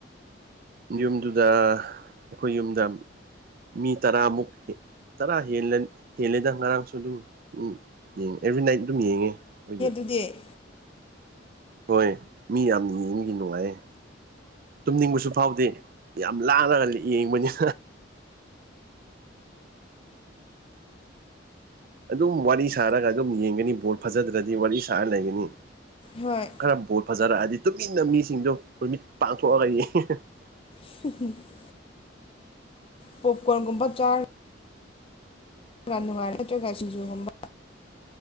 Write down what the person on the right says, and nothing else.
ꯌꯨꯝꯗꯨꯗ ꯑꯩꯈꯣꯏ ꯌꯨꯝꯗ ꯃꯤ ꯇꯔꯥꯃꯨꯛ ꯍꯦ ꯇꯔꯥ ꯍꯦꯜꯂꯥ ꯍꯦꯜꯂꯦꯗ ꯉꯔꯥꯡꯁꯨ ꯑꯗꯨꯝ <unintelligible> ꯑꯦꯕ꯭ꯔꯤ ꯅꯥꯏꯠ ꯑꯗꯨꯝ ꯌꯦꯡꯉꯦ ꯑꯩꯈꯣꯏꯗꯤ
ꯍꯣꯏ ꯃꯤ ꯌꯥꯝꯅ ꯌꯦꯡꯕꯒꯤ ꯅꯨꯡꯉꯥꯏꯌꯦ ꯇꯨꯝꯅꯤꯡꯕꯁꯨ ꯐꯥꯎꯗꯦ ꯌꯥꯝ ꯂꯥꯡꯂꯒ ꯌꯦꯡꯕꯅꯤꯅ ꯑꯗꯨꯝ ꯋꯥꯔꯤ ꯁꯥꯔꯒ ꯑꯗꯨꯝ ꯌꯦꯡꯒꯅꯤ ꯕꯣꯜ ꯐꯖꯗ꯭ꯔꯗꯤ ꯋꯥꯔꯤ ꯁꯥꯔ ꯂꯩꯒꯅꯤ
ꯈꯔ ꯕꯣꯜ ꯐꯖꯔꯛꯑꯗꯤ ꯇꯨꯃꯤꯟꯅ ꯃꯤꯁꯤꯡꯗꯣ ꯃꯃꯤꯠ ꯄꯥꯡꯊꯣꯛꯑꯒ <unintelligible>